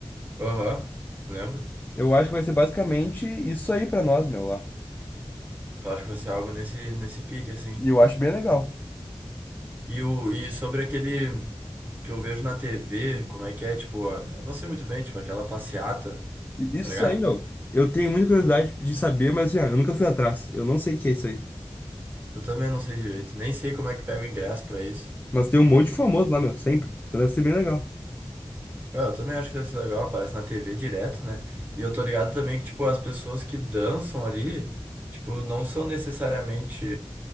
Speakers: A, on the right; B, on the left.
A: Aham. Lembro.
B: Eu acho que vai ser basicamente isso aí pra nós, meu, lá.
A: Então acho que vai ser algo nesse, nesse pique, assim.
B: E eu acho bem legal.
A: E, o, e sobre aquele que eu vejo na TV, como é que é, tipo, a- eu não sei muito bem, tipo, aquela passeata,
B: E-
A: tá
B: Isso
A: ligado?
B: aí, meu. Eu tenho muita curiosidade de saber, mas assim, ó, eu nunca fui atrás. Eu não sei o que é isso aí.
A: Eu também não sei direito. Nem sei como é que pega o ingresso pra isso.
B: Mas tem um monte de famoso lá, meu, sempre. Então deve ser bem legal.
A: É, Eu também acho que deve ser legal, aparece na TV direto, né? E eu tô ligado também que, tipo, as pessoas que dançam ali, tipo, não são necessariamente,